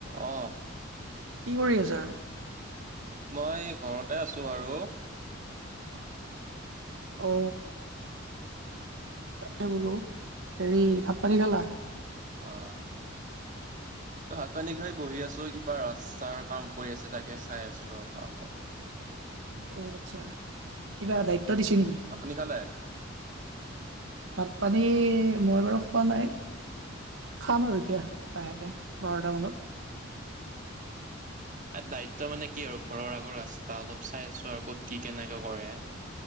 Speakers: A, on the right; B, on the right.
A: অ
B: কি কৰি আছা?
A: মই ঘৰতে আছোঁ বাৰু
B: অ এই বোলো হেৰি ভাত পানী খালা
A: অ
B: <inaudible>
A: ভাত-পানী খাই বহি আছো কিবা ৰাস্তাৰ কাম কৰি আছে তাকে চাই আছো ৰবা অলপ
B: অ আচ্ছা কিবা দায়িত্ব দিছে নেকি?
A: আপুনি খালে?
B: ভাত-পানী মই বাৰু খোৱা নাই খাম আৰু এতিয়া লাহেকে বাৰটা মানত
A: এ দায়িত্ব মানে কি আৰু ঘৰৰ আগৰ ৰাস্তা অলপ চাই আছো আৰু ক'ত কি কেনেকে কৰে